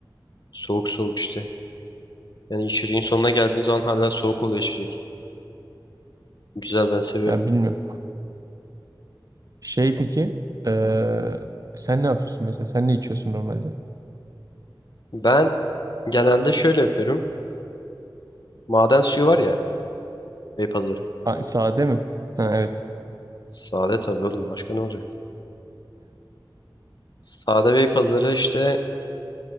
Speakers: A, on the left; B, on the right.
A: Soğuk soğuk işte. Yani içeceğin sonuna geldiğin zaman hala soğuk oluyor içecek. Güzel ben seviyorum.
B: Ya bilmiyorum. Şey peki eee, sen ne yapıyorsun mesela? Sen ne içiyorsun normalde?
A: Ben genelde şöyle yapıyorum. Maden suyu var ya. Beypazarı.
B: Ha, sade mi? Ha evet.
A: Sade tabii oğlum başka ne olacak? Sade Bey pazarı işte